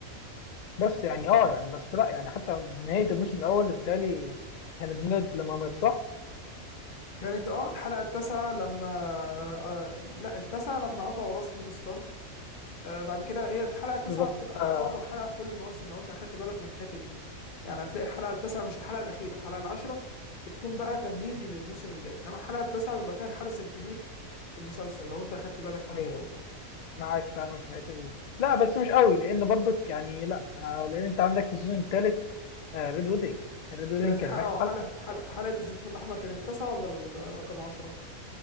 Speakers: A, on the left; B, on the left.
A: بس يعني اه يعني بس لا يعني حتى نهايه الموسم الاول بالتالي كان بند لما مات صح
B: كانت اه الحلقه التاسعه لما آه آه، لا التاسعه لما قطعوا راس نيد ستارك آه بعد كده هي الحلقه التاسعه
A: بالظبط
B: بتبقى
A: آه
B: افضل حلقه في كل المواسم لو انت اخدت بالك من الحته دي يعني هتلاقي الحلقه التاسعه مش الحلقه الاخيره الحلقه العاشره بتكون بقى تمهيدي للموسم الجاي انما الحلقه التاسعه بيبقى فيها الحدث الكبير في المسلسل لو انت اخدت بالك من
A: ايوه
B: الموضوع ده
A: معاك فعلا في الحته دي لا بس مش قوي لان برضك يعني لا آه لان انت عندك في السيزون الثالث آه ريد ويدنج ريد ويدنج
B: كانت حلقه
A: كان في آخر
B: حلقه
A: حلقه
B: حلقه, حلقة الزفاف الاحمر كانت التاسعه ولا ال- رقم 10